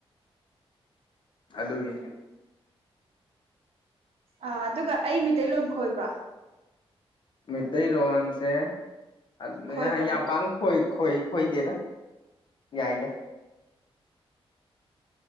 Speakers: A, on the left; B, on the right.
A: ꯑꯗꯨꯒꯤ
B: ꯑꯥ ꯑꯗꯨꯒ ꯑꯩ ꯃꯤꯇꯩꯩꯇꯩꯂꯣꯟ ꯈꯣꯏꯕ꯭ꯔꯥ
A: ꯃꯩꯇꯩꯔꯣꯟꯁꯦ ꯑꯗ
B: ꯈꯣꯏꯕ꯭ꯔꯥ
A: ꯍꯥꯏ ꯌꯥꯝ
B: ꯍꯥꯏꯕ
A: ꯄꯥꯛꯅ ꯈꯣꯏ ꯍꯣꯏ ꯈꯣꯏꯗꯦꯗ ꯌꯥꯏꯗ